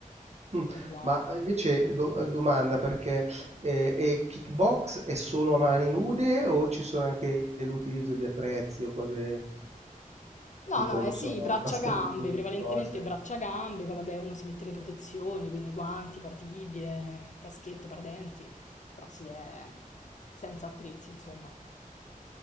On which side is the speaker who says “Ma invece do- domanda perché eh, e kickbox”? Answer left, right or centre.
Right